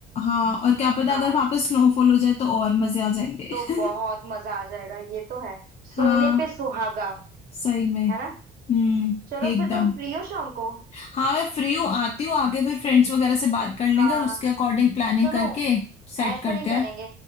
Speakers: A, on the left (about 40°); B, on the right (about 60°).
A: हाँ और क्या पता
B: हाँ
A: अगर वहां पे स्नोफॉल हो जाए तो और मजे आ जाएंगे
B: तो बहुत
A: <laughs>
B: मजा आ जाएगा ये तो है सोने
A: हाँ
B: पे सुहागा
A: सही में
B: है ना
A: हम्म
B: चलो
A: एकदम
B: फिर तुम फ्री हो शाम को
A: हाँ मैं फ्री हूँ आती हूँ आके फिर फ्रेंड्स वगैरह से बात कर लेंगे
B: हाँ
A: और उसके अकॉर्डिंग प्लानिंग
B: सुनो
A: करके सेट
B: ऐसे
A: करते
B: नहीं करेंगे